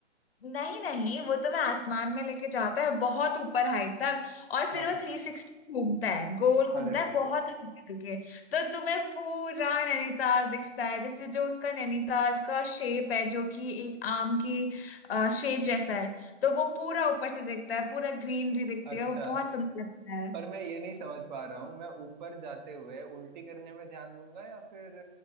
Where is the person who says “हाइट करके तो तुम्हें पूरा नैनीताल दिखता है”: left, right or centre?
Left